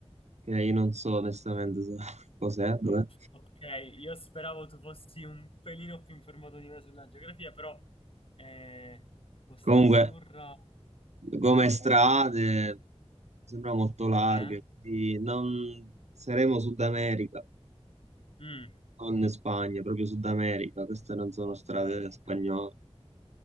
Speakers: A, on the right; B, on the left.
A: E io non so onestamente so <laughs> cos'è, dov'è.
B: Ok, io speravo tu fossi un pelino più informato di me sulla geografia, però eh, Costa
A: Comunque,
B: Azzurra... Sì?
A: come strade, sembra molto larghe,
B: Eh?
A: quindi non saremo Sud America,
B: Mm.
A: non Spagna, proprio Sud America, queste non sono
B: Ok,
A: strade
B: ok.
A: spagnole.